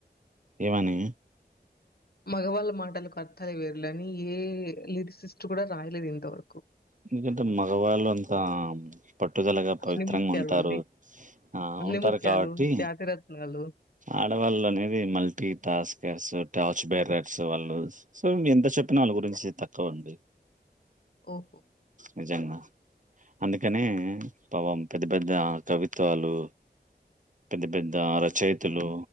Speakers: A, on the right (about 50°); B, on the left (about 65°).
A: ఏమని
B: మగవాళ్ళ మాటలకు అర్థాలే వేరులే అని ఏ లిరిక్సిస్ట్ కూడా రాయలేదు ఇంతవరకు
A: ఎందుకంటే మగవాళ్ళు అంతా పట్టుదలగా పవిత్రంగా
B: ఆణిముత్యాలండి.
A: ఉంటారు ఆ
B: ఆణిముత్యాలు,
A: ఉంటారు కాబట్టి
B: జాతిరత్నాలు
A: ఆడవాళ్ళు అనేది మల్టీ టాస్కర్స్ టార్చ్ బేరర్స్ వాళ్ళు సో ఎంత చెప్పినా వాళ్ళ గురించి తక్కువండి
B: ఓహ్!
A: నిజంగా అందుకనే పాపమ్ పెద్ద పెద్ద కవిత్వాలు పెద్ద పెద్ద రచయితులు